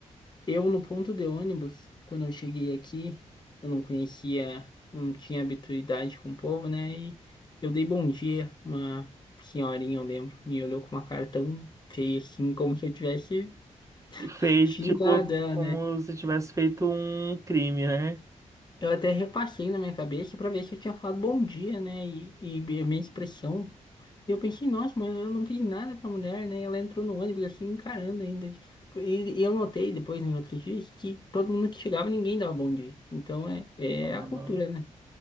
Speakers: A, on the left; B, on the right.
A: Eu, no ponto de ônibus, quando eu cheguei aqui, eu não conhecia, não tinha habituidade com o povo, né? E eu dei bom dia, uma senhorinha, eu lembro, me olhou com uma cara tão feia assim, como se eu tivesse
B: Feito
A: xingado
B: co-
A: ela,
B: como
A: né?
B: se tivesse feito um crime, né?
A: Eu até repassei na minha cabeça pra ver se eu tinha falado bom dia, né? E, e a minha expressão. E eu pensei, nossa, mas eu não fiz nada pra mulher, né? E ela entrou no ônibus assim, encarando ainda. E, e eu notei depois, nos outros dias, que todo mundo que chegava, ninguém dava bom dia. Então é, é
B: Ah,
A: a cultura, né?